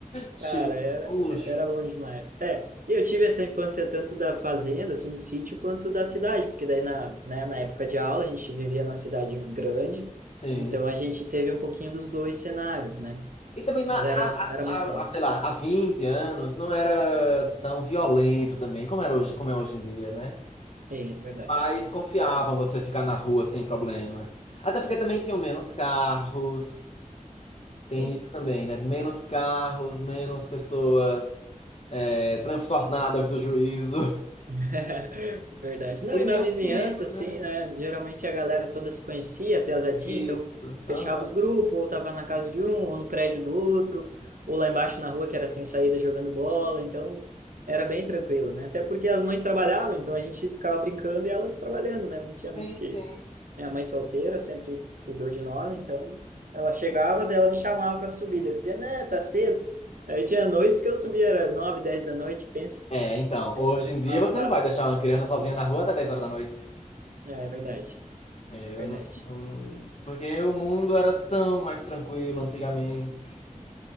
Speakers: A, on the left (about 50°); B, on the right (about 85°).
A: Chique.
B: Cara, era,
A: Um luxo.
B: era bom demais. É, e eu tive essa infância tanto da fazenda, assim, do sítio, quanto da cidade, porque daí na, né, na época de aula a gente vivia na cidade grande,
A: Sim.
B: então a gente teve um pouquinho dos dois cenários, né?
A: E também na,
B: Mas
A: a,
B: era, era muito
A: a,
B: bom.
A: a- sei lá, há 20 anos não era tão violento também, como era hoje, como é hoje em dia, né?
B: É, é verdade.
A: Pais confiavam você ficar na rua sem problema. Até porque também tinham menos carros.
B: Sim.
A: Tem isso também, né? Menos carros, menos pessoas é, transtornadas do juízo.
B: <laughs> Verdade. Não,
A: E
B: e na
A: menos
B: vizinhança,
A: perigo,
B: assim,
A: né?
B: né? Geralmente a galera toda se conhecia, piazadinha,
A: Isso.
B: então
A: Aham.
B: fechava os grupos, ou tava na casa de um, ou no prédio do outro, ou lá embaixo na rua que era sem saída jogando bola, então era bem tranquilo, né? Até porque as mães trabalhavam, então a gente ficava brincando e elas trabalhando, né? Não tinha
A: Sim,
B: muito o que.
A: sim.
B: Minha mãe solteira sempre cuidou de nós, então ela chegava, daí ela me chamava pra subida, dizia, né, tá cedo. Aí tinha noites que eu subia, era nove, dez da noite, pensa.
A: É, então,
B: A
A: hoje
B: gente
A: em dia
B: passava,
A: você não vai deixar uma criança sozinha na rua até 10 horas da noite.
B: É é verdade,
A: É, Eu
B: verdade.
A: não... não- Porque o mundo era tão mais tranquilo antigamente.